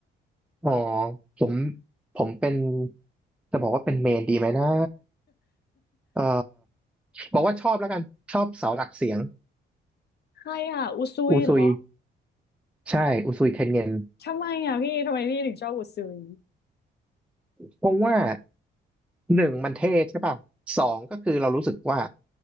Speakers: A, in the centre; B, on the left.
A: อ๋อผมผมเป็นจะบอกว่าเป็นเมนดีไหมนะเอ่อบอกว่าชอบแล้วกันชอบเสาหลักเสียง
B: ใครอ่ะอุซุยเหรอ
A: อูซุยใช่อุซุยเทนเงิน
B: ทำไมอ่ะพี่ทำไมพี่ถึงชอบอุซุย
A: เพราะว่าหนึ่งมันเท่ใช่ป่ะสองก็คือเรารู้สึกว่า